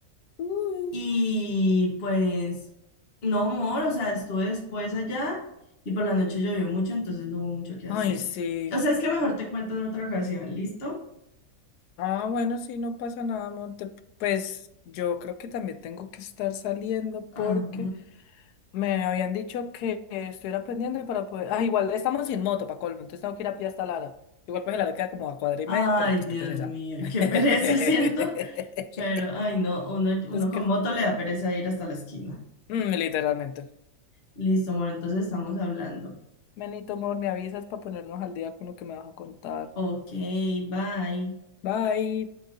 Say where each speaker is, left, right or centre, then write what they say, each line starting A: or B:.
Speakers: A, on the left (about 80°); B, on the left (about 40°).
A: Uh.
B: Y pues, no, amor, o sea, estuve después allá y por la noche llovió mucho, entonces no hubo mucho que hacer.
A: Ay, sí.
B: O sea, es que mejor te cuento en otra ocasión, ¿listo?
A: Ah, bueno, sí, no pasa nada, amor. Te- Pues yo creo que también tengo que estar saliendo porque
B: Ajá.
A: Me habían dicho que eh, estuviera pendiente para poder. Ah, igual estamos sin moto para colmo, entonces tengo que ir a pie hasta Lara. Igual pues Lara queda como a cuadra y
B: Ay,
A: media, pero pues
B: Dios
A: qué pereza.
B: mío,
A: <laughs> Entonces,
B: qué <laughs> pereza, ¿cierto? Pero, ay, no, uno, uno con
A: cre-
B: moto le da pereza ir hasta la esquina.
A: Mm, literalmente.
B: Listo, amor, entonces estamos hablando.
A: Benito, amor, me avisas para ponernos al día con lo que me vas a contar.
B: Ok, bye.
A: Bye.